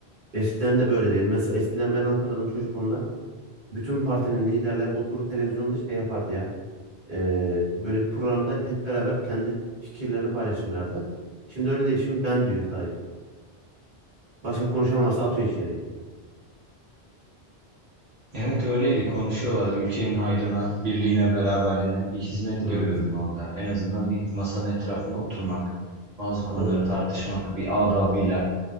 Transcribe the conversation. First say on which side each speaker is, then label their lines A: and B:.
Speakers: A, on the right; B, on the right.
A: eskiden de böyle değil. Mesela eskiden ben hatırladım çocukluğumda. Bütün partinin liderleri oturur televizyonda şey yapardı ya. Ee, böyle bir programda hep beraber kendi fikirlerini paylaşırlardı. Şimdi öyle değil. Şimdi ben diyor sadece. Başka konuşan varsa atıyor içeriye.
B: Evet öyleydi konuşuyorlar ülkenin hayrına, birliğine, beraberliğine bir hizmet
A: Evet,
B: görüyordun orada. En azından bir masanın etrafında oturmak, bazı konuları
A: tabii.
B: tartışmak bir adabıyla.